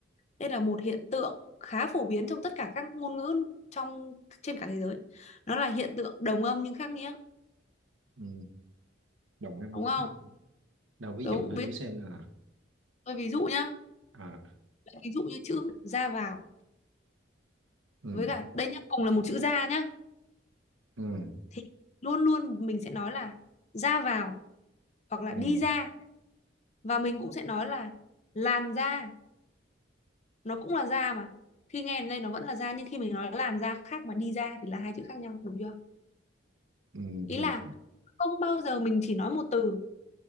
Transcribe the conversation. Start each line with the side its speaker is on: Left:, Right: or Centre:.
Left: Đây là một hiện tượng khá phổ biến trong tất cả các ngôn ngữ trong trên cả thế giới. Nó là hiện tượng đồng âm nhưng khác nghĩa,
Right: ừ, đồng âm
Left: đúng
Right: với
Left: không?
Right: khác đâu ví
Left: Đúng,
Right: dụ tôi
Left: ví
Right: thử xem là
Left: tôi ví dụ nhá,
Right: à
Left: ví dụ như chữ ra vào
Right: ừ,
Left: với cả đây nhá, cùng là một chữ ra nhá
Right: ừ,
Left: thì luôn luôn mình sẽ nói là ra vào hoặc là
Right: ừ,
Left: đi ra và mình cũng sẽ nói là làn da, nó cũng là da mà. Khi nghe đến đây nó vẫn là da nhưng khi mình nói làn da khác mà đi ra thì là hai chữ khác nhau, đúng chưa?
Right: ừ,
Left: Ý
Right: thì
Left: là không bao giờ mình chỉ nói một từ